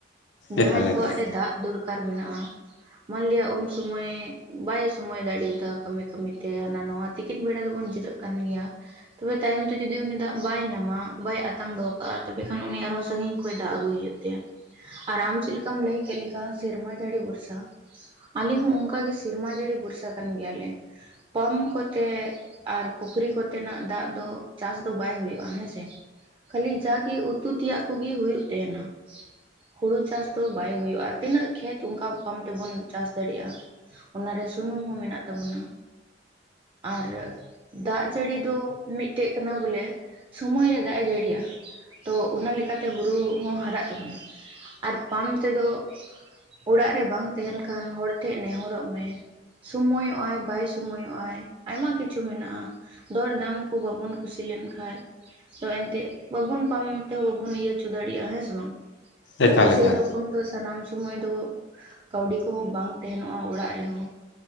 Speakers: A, on the right; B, on the left.
A: ᱡᱟᱦᱟᱸᱭ
B: ᱮᱠᱟᱞ
A: ᱠᱚᱣᱟᱜ
B: ᱮᱠᱟᱞ
A: ᱨᱮ ᱫᱟᱜ ᱫᱚᱨᱠᱟᱨ ᱢᱮᱱᱟᱜᱼᱟ ᱢᱟᱱᱞᱤᱭᱟ ᱩᱱ ᱥᱚᱢᱚᱭ ᱵᱟᱭ ᱥᱚᱢᱚᱭ ᱫᱟᱲᱮᱭᱟᱫᱟ ᱠᱟᱹᱢᱤ ᱠᱟᱹᱢᱤᱛᱮ ᱦᱟᱱᱟ ᱱᱟᱣᱟ ᱛᱤᱠᱤᱱ ᱵᱮᱲᱟ ᱫᱚᱵᱚᱱ ᱡᱷᱤᱨᱟᱹᱜ ᱠᱟᱱ ᱜᱮᱭᱟ ᱛᱚᱵᱮ ᱛᱟᱭᱚᱢ ᱛᱮ ᱡᱩᱫᱤ ᱩᱱᱤ ᱫᱟᱜ ᱵᱟᱭ ᱧᱟᱢᱟ ᱵᱟᱭ ᱟᱛᱟᱝ ᱫᱚᱦᱚ ᱠᱟᱜᱼᱟ ᱛᱚᱵᱮ ᱠᱷᱟᱱ ᱩᱱᱤ ᱟᱨᱦᱚᱸ ᱥᱟᱝᱤᱧ ᱠᱷᱚᱡ ᱫᱟᱜ ᱟᱹᱜᱩᱭ ᱦᱩᱭᱩᱜ ᱛᱟᱭᱟ ᱟᱨ ᱟᱢ ᱪᱮᱫ ᱞᱮᱠᱟᱢ ᱞᱟᱹᱭ ᱠᱮᱫ ᱞᱮᱠᱟ ᱥᱮᱨᱢᱟ ᱡᱟᱹᱲᱤ ᱵᱷᱚᱨᱥᱟ ᱟᱞᱮ ᱦᱚᱸ ᱚᱱᱠᱟᱜᱮ ᱥᱮᱨᱢᱟ ᱡᱟᱹᱲᱤ ᱵᱷᱚᱨᱥᱟ ᱠᱟᱱ ᱜᱮᱭᱟᱞᱮ ᱯᱟᱢᱯ ᱠᱚᱛᱮ ᱟᱨ ᱯᱩᱠᱷᱨᱤ ᱠᱚᱛᱮᱱᱟᱜ ᱫᱟᱜ ᱫᱚ ᱪᱟᱥ ᱫᱚ ᱵᱟᱭ ᱦᱩᱭᱩᱜᱼᱟ ᱦᱮᱸᱥᱮ ᱠᱷᱟᱹᱞᱤ ᱡᱟᱜᱮ ᱩᱛᱩ ᱛᱮᱭᱟᱜ ᱠᱚᱜᱮ ᱦᱩᱭᱩᱜ ᱛᱟᱦᱮᱱᱟ ᱦᱩᱲᱩ ᱪᱟᱥ ᱫᱚ ᱵᱟᱭ ᱦᱩᱭᱩᱜ-ᱟ᱾ ᱛᱤᱱᱟᱹᱜ ᱠᱷᱮᱛ ᱚᱱᱠᱟ ᱵᱟᱝ ᱛᱮᱵᱚᱱ ᱪᱟᱥ ᱫᱟᱲᱮᱭᱟᱜ-ᱟ? ᱚᱱᱟᱨᱮ ᱥᱩᱱᱩᱢ ᱦᱚᱸ ᱢᱮᱱᱟᱜ ᱛᱟᱵᱚᱱᱟ᱾ ᱟᱨ ᱫᱟᱜ ᱡᱟᱹᱲᱤ ᱫᱚ ᱢᱤᱫᱴᱮᱡ ᱠᱟᱱᱟ ᱵᱚᱞᱮ᱾ ᱥᱳᱢᱚᱭ ᱨᱮ ᱫᱟᱜ-ᱮ ᱡᱟᱹᱲᱤᱭᱟ ᱛᱚ, ᱚᱱᱟ ᱞᱮᱠᱟᱛᱮ ᱦᱩᱲᱩ ᱦᱚᱸ ᱦᱟᱨᱟᱜ ᱛᱟᱵᱚᱱᱟ ᱟᱨ ᱯᱟᱢᱯ ᱛᱮᱫᱚ ᱚᱲᱟᱜ ᱨᱮ ᱵᱟᱝ ᱛᱮᱦᱮᱱ ᱠᱷᱟᱱ ᱦᱚᱲ ᱴᱷᱮᱜ ᱱᱮᱦᱚᱨᱚᱜ ᱢᱮ᱾ ᱥᱚᱢᱚᱭᱚᱜ-ᱟᱭ ᱵᱟᱭ ᱥᱚᱢᱚᱭᱚᱜ-ᱟᱭ ᱟᱭᱢᱟ ᱠᱤᱪᱷᱩ ᱢᱮᱱᱟᱜ-ᱟ᱾ ᱫᱚᱨ ᱫᱟᱢ ᱠᱚ ᱵᱟᱵᱚᱱ ᱠᱩᱥᱤ ᱞᱮᱱᱠᱷᱟᱡ ᱟᱫᱚ ᱮᱱᱛᱮᱫ ᱵᱟᱵᱚᱱ ᱯᱟᱢ ᱛᱮᱦᱚᱸ ᱵᱟᱵᱚᱱ ᱤᱭᱟᱹ ᱦᱚᱪᱚ ᱫᱟᱲᱮᱭᱟᱜ-ᱟ ᱦᱮᱸ ᱥᱮ ᱵᱟᱝ?
B: ᱮᱠᱟᱞ
A: ᱥᱮ
B: ᱮᱠᱟᱞ
A: ᱨᱚᱠ ᱚᱱᱛᱚ ᱥᱟᱱᱟᱢ ᱥᱩᱢᱟᱹᱭ ᱫᱚ ᱠᱟᱹᱣᱰᱤ ᱠᱚᱦᱚᱸ ᱵᱟᱝ ᱛᱟᱦᱮᱱᱚᱜ-ᱟ ᱚᱲᱟᱜ ᱨᱮᱦᱚᱸ᱾